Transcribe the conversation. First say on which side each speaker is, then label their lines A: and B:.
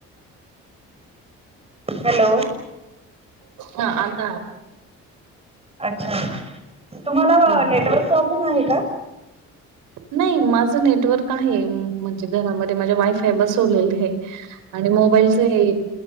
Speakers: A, on the right; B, on the right.
A: हॅलो
B: हा आता
A: अच्छा तुम्हाला
B: हं, हं.
A: नेटवर्क प्रॉब्लेम आहे का?
B: नाही माझं नेटवर्क आहे म्हणजे घरामध्ये माझे वायफाय बसवलेलं आहे. आणि मोबाईलच